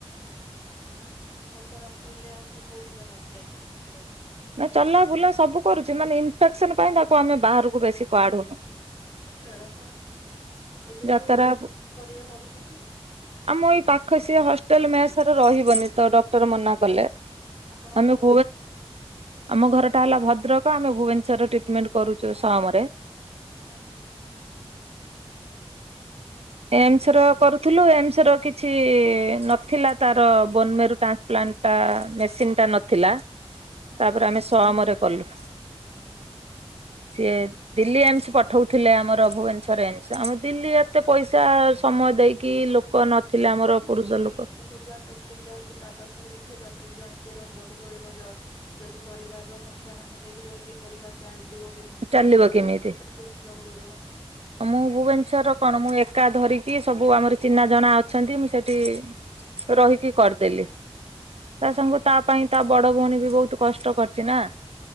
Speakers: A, on the left; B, on the right.
A: ହଁ ଦେହ ଖରାପ ଥିଲେ ଆଉ ସେ କୋଉଠି ବାହାରେ ଯାଇପାରିବ କୁଆଡେ
B: ନା ଚଲା ବୁଲା ସବୁ କରୁଛି ମାନେ ଇନଫେକ୍ସନ ପାଇଁ ତାକୁ ଆମେ ବାହାରକୁ ବେଶୀ କୁଆଡ଼ୁନୁ।
A: ହଁ ଛାଡନ୍ତୁନି ଏବେ
B: ଯାତ୍ରା
A: କୋଉଠି ଆଡମିସନ କରିବେ ଭାବୁଛନ୍ତି।
B: ଆମ ଏଇ ପାଖ ସିଏ ହଷ୍ଟେଲ ମେସରେ ରହିବନି ତ ଡକ୍ଟର ମନା କଲେ।
A: ଆପଣଙ୍କ
B: ଆମେ <inaudible>
A: ଘରଟା କୁଆଡେ?
B: ଆମ ଘରଟା ହେଲା ଭଦ୍ରକ ଆମେ ଭୁବନେଶ୍ୱର ଟ୍ରିଟମେଣ୍ଟ କରୁଛୁ ସମରେ
A: ଅ ହଁ।
B: ଏମ୍ସ ର କରୁଥିଲୁ ଏମ୍ସ ର କିଛି ନଥିଲା ତାର ବୋନମେରୁ ଟ୍ରାନ୍ସପ୍ଲାଣ୍ଟ ତା ମେସିନ୍ ଟା ନଥିଲା
A: ହଁ
B: ତାପରେ
A: ହଁ।
B: ଆମେ ସମ୍ ରେ କଲୁ। <inaudible> ସିଏ ଦିଲ୍ଲୀ ଏମ୍ସ ପଠଉଥିଲେ ଆମର ଭୁବନେଶ୍ୱର ଏମ୍ସ ଆମେ ଦିଲ୍ଲୀ ଏତେ ପଇସା ସମୟ ଦେଇକି ଲୋକ ନଥିଲେ ଆମର
A: ନାଇଁ ମୁଁ
B: ପୁରୁଷ
A: ଦିଲ୍ଲୀ
B: ଲୋକ
A: ବହୁତ ବାଟ ବି ହେଇଯାଉଛି ତା ପାଖରେ ବି ଝିଅ ପାଖରେ ବି ଜଣେ କିଏ ରହିବାକୁ ପଡିବ ଜ ଯଦି ପରିବାର ର ମୁଖିଆ ମାନେ ସେଇଠି ରହିଯିବେ ପରିବାର ଚାଲିବ କେମିତି
B: ଚାଲିବ କେମିତି?
A: ସବୁ ସବୁ ଦେଖିବାକୁ ପଡିବ ନା।
B: ମୁଁ ଭୁବନେଶ୍ଵର ର କଣ ମୁଁ ଏକା ଧରିକି ସବୁ ଆମର ଚିହ୍ନା ଜଣା ଅଛନ୍ତି ମୁଁ ସେଠି ରହିକି କରିଦେଲି। ତା ସାଙ୍ଗକୁ ତା ପାଇଁ ତା ବଡ ଭଉଣୀ ବି ବହୁତ କଷ୍ଟ କରିଛି ନା।